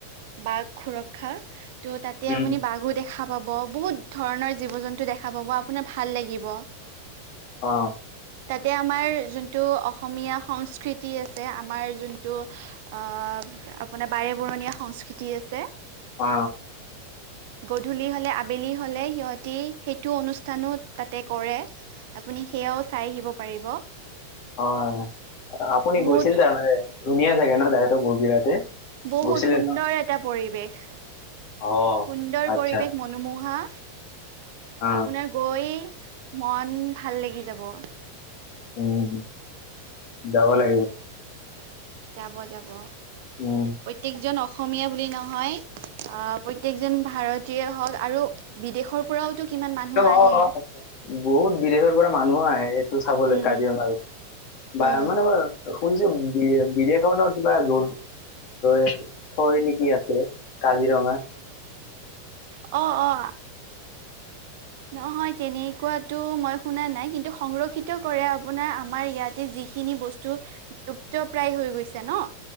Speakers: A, on the right (about 50°); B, on the left (about 45°).
A: বাঘ সুৰক্ষা ত' তাতে
B: উম
A: আপুনি বাঘো দেখা পাব বহুত। ধৰণৰ জীৱ জন্তু দেখা পাব আপোনাৰ ভাল লাগিব।
B: অ',
A: তাতে আমাৰ যোনটো অসমীয়া সংস্কৃতি আছে, আমাৰ যোনটো অ। আপোনাৰ বাৰে বৰণীয়া সংস্কৃতি আছে।
B: অ,।
A: গধূলি হলে আবেলি হলে সিহঁতি সেইটো অনুষ্ঠানো তাতে কৰে। আপুনি সেয়াও চাই আহিব পাৰিব।
B: অ, 'আপুনি
A: বহুত
B: গৈছিল তাৰমানে ধুনীয়া চাগে নহ জেগাটো। <unintelligible>
A: বহুত
B: গৈছিলে
A: সুন্দৰ
B: ন
A: এটা পৰিৱেশ
B: অ
A: সুন্দৰ
B: আচ্ছা
A: পৰিৱেশ মনোমোহা।
B: অ
A: আপোনাৰ গৈ মন ভাল লাগি যাব।
B: উম যাব লাগিব
A: যাব, যাব
B: উম
A: প্ৰত্যয়েকজন। অসমীয়া বুলি নহয়, অ, ' প্ৰত্যেকজন ভাৰতীয় হওক আৰু বিদেশৰ পৰাও টো কিমান মানুহ
B: একদম
A: আহে।
B: অ অ বহুত বিদেশৰ পৰা মানুহো আহে এইটো চাবলৈ
A: উম
B: কাজিৰঙা। বা
A: উম
B: মানে মই শুনিছো বি, বিদেশত কিবা য। <unintelligible> কাজিৰঙা।
A: অ, 'অ। নহয় তেনেকুৱাতো মই শুনা নাই, কিন্তু সংৰক্ষিত কৰে আপোনাৰ আমাৰ ইয়াতে যিখিনি বস্তু। লুপ্ত প্ৰায় হৈ গৈছে নহ।